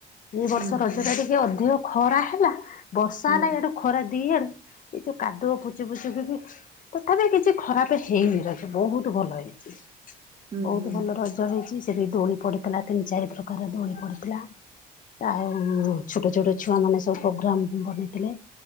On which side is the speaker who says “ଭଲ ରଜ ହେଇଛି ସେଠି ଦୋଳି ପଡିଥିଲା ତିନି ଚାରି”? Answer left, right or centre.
Left